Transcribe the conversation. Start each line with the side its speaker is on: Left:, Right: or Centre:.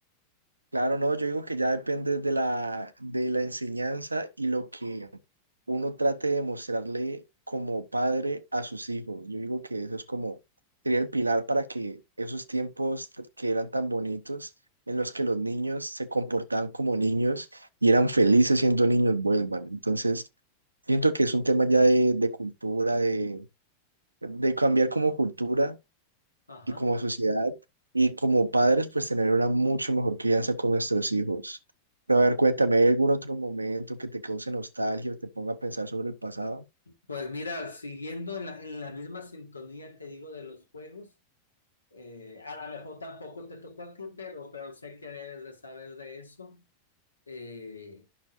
Right: Claro, no, yo digo que ya depende de la, de la enseñanza y lo que uno trate de mostrarle como padre a sus hijos. Yo digo que eso es como, sería el pilar para que esos tiempos que eran tan bonitos, en los que los niños se comportaban como niños y eran felices siendo niños, vuelvan. Entonces, siento que es un tema ya de, de cultura, de, de cambiar como cultura
Left: Ajá.
Right: y como sociedad y como padres, pues tener una mucho mejor crianza con nuestros hijos. Pero a ver, cuéntame, ¿hay algún otro momento que te cause nostalgia o te ponga a pensar sobre el pasado?
Left: Pues mira, siguiendo en la, en la misma sintonía, te digo, de los juegos, Eh, a lo mejor tampoco te tocó a ti, pero, pero sé que debes de saber de eso. Eh,